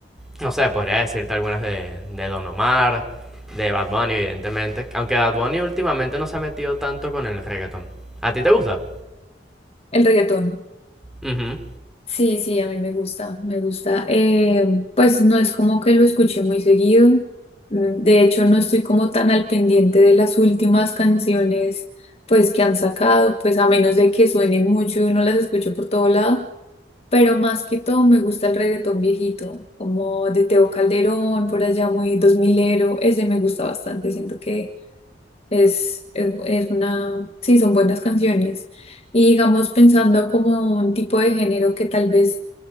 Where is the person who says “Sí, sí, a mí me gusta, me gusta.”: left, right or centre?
Left